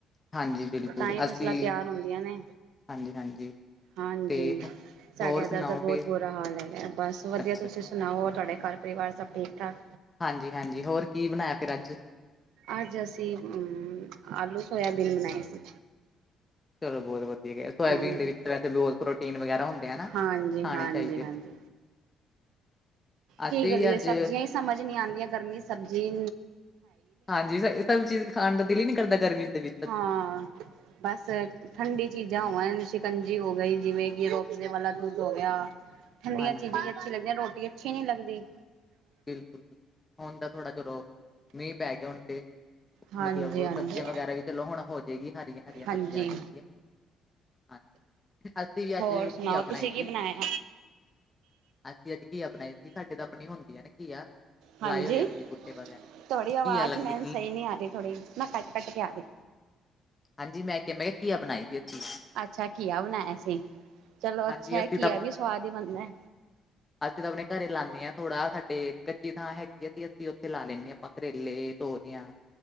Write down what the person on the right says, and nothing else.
ਤਾਂਈਂ
ਫਸਲਾਂ ਤਿਆਰ ਹੁੰਦੀਆਂ ਨੇ।
ਹਾਂਜੀ
ਸਾਡੇ
ਐੱਧਰ
ਤੇ ਬੋਤ
ਬੁਰਾ ਹਾਲ ਹੈਗੈ। ਬਸ ਵਧੀਆ
ਤੁਸੀ
ਸੁ ਸੁਣਾਓ ਹੋਰ ਤੁਆਡੇ ਘਾਰ ਪਰਿਵਾਰ ਸਭ ਠੀਕ-ਠਾਕ?
ਆੱਜ ਅਸੀ ਹੂੰ ਆਲੂ ਸੋਇਆਬੀਨ ਬਣਾਈ ਸੀ।
ਹਾਂਜੀ।
ਹਾਂਜੀ-ਹਾਂਜੀ-ਹਾਂਜੀ।
ਕੀ ਗਲੀਏ
ਸਬਜੀਆਂ ਈ ਸਮਝ ਨੀ ਆਂਦੀਆਂ ਗਰਮੀ ਸਬਜੀ
ਹਾਂ ਬਸ ਠੰਡੀ ਚੀਜਾਂ ਹੋਵਨ, ਸ਼ਿਕੰਜੀ ਹੋ ਗਈ ਜਿਵੇਂ ਕਿ ਰੋਅਪਜ਼ੇ ਵਾਲਾ ਦੁੱਧ ਹੋ ਗਿਆ ਠੰਡੀਆਂ
ਚੀਜਾਂ ਵੀ ਅੱਛੀ ਲੱਗਦੀਆਂ, ਰੋਟੀ ਅੱਛੀ ਨੀ ਲੱਗਦੀ।
ਹਾਂਜੀ
ਹਾਂਜੀ
ਹੋਰ ਸੁਣਾਓ
ਤੁਸੀਂ ਕੀ
ਬਣਾਇਆ
ਹਾਂਜੀ
ਤੁਆਡੀ ਆਵਾਜ
ਮੈਨੰ ਸਈ ਨੀ ਆ ਰੀਂ ਥੋੜੀ ਜੀ। ਮੈਂ ਕੱਟ-ਕੱਟ ਕੇ ਆ ਰੀ।
ਅੱਛਾ ਘੀਆ ਬਨਾਇਆ ਸੀ। ਚਲੋ
ਅੱਛਾ ਐ
ਘੀਆ ਵੀ ਸਵਾਦ ਈ ਬਨਨੈ।